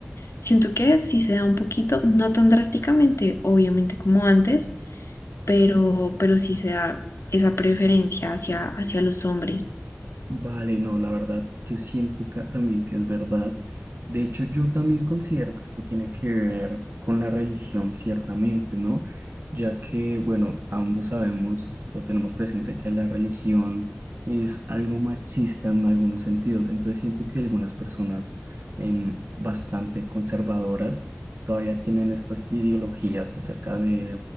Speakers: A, on the left; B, on the right.
A: Siento que si se da un poquito, no tan drásticamente, obviamente como antes, pero, pero sí se da esa preferencia hacia, hacia los hombres.
B: Vale, no, la verdad, yo siento ca- también que es verdad. De hecho, yo también considero que esto tiene que ver con la religión, ciertamente, ¿no? Ya que, bueno, ambos sabemos o tenemos presente que la religión es algo machista en algunos sentidos. Entonces siento que algunas personas em, bastante conservadoras todavía tienen estas ideologías acerca de,